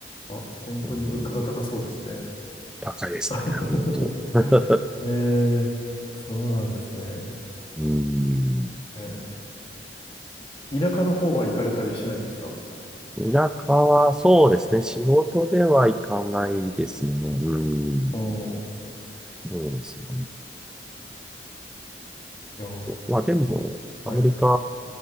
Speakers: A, on the left; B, in the centre.
A: あ、本当に物価が高そうですね。
B: うん、高いですね、
A: <laughs>
B: 本当。<laughs>
A: ええ、そうなんですね。
B: うん。
A: ええ、田舎の方は行かれたりしないんですか
B: 田舎はそうですね。仕事では行かないですね。うん。
A: おー、
B: そうですね。
A: いやー、
B: まあでも、
A: はい、
B: アメリカ、